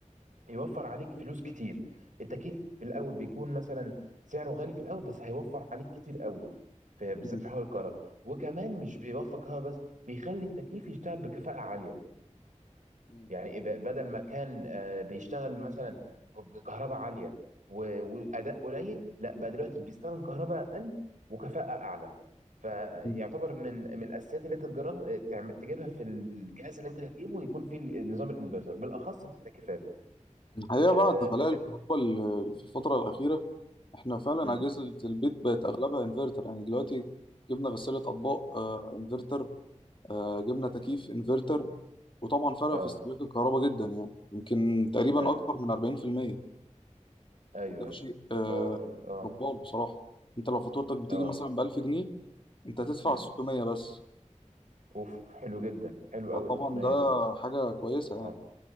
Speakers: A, on the right (about 80°); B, on the left (about 40°).
A: يوفر عليك فلوس كتير التكييف في الاول بيكون مثلا سعره غالي في الاول بس هيوفر عليك كتير قوي في بالذات
B: مم.
A: في حوار الكهرباء وكمان مش بيوفر كهرباء بس بيخلي التكييف يشتغل بكفاءة عالية
B: مم.
A: يعني ب- بدل ما كان آه، بيشتغل مثلا ب- بكهرباء عالية و- واداء قليل لا بقى دلوقتي بيستخدم كهرباء اقل وكفاءة اعلى فيعتبر
B: مم.
A: من من الاساسيات اللي انت تجرب تعمل تجيبها في الجهاز اللي انت هتجيبه يكون فيه نظام الانفرتر بالاخص في التكييفات
B: الحقيقه
A: آه،
B: بعد غلاء
A: خ...
B: الكهرباء ال- في الفتره الاخيره احنا فعلا
A: مم.
B: اجهزه البيت بقت اغلبها انفرتر يعني دلوقتي جبنا غساله اطباق آه انفرتر آه جبنا تكييف انفرتر وطبعا فرق
A: اه
B: في استهلاك الكهرباء جدا يعني يمكن تقريبا
A: ايوه
B: اكتر من 40%
A: ايوه
B: وده
A: ايوه
B: شيء آه
A: هو اه
B: جبار بصراحه انت لو فاتورتك بتيجي
A: اه
B: مثلا ب 1000 جنيه انت هتدفع
A: امم
B: 600 بس
A: اوف حلو جدا حلو
B: فطبعا
A: قوي التقنيه
B: ده
A: دي
B: حاجه كويسه
A: اه
B: يعني